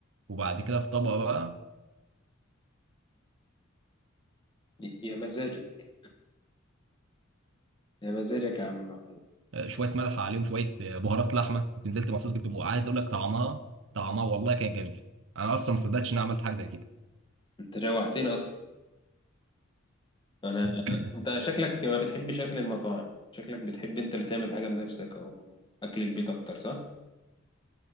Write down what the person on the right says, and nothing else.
وبعد كده في طبق بقى
آه، شوية ملح عليهم شوية آه، بهارات لحمة كنت نزلت مخصوص جبت بقى عايز أقول لك طعمها طعمها والله كان جميل أنا أصلا ما صدقتش إن أنا عملت حاجة زي
كده